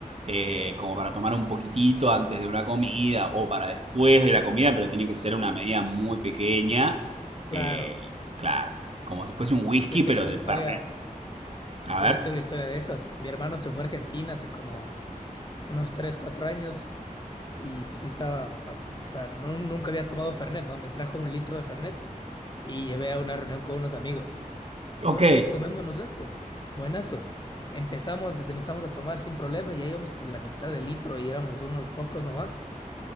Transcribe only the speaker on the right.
eh, como para tomar un poquitito antes de una comida o para después de la comida, pero tiene que ser una medida muy pequeña.
Eh, claro, como si fuese un whisky,
pero
de
Fernet. A
ver.
Ok.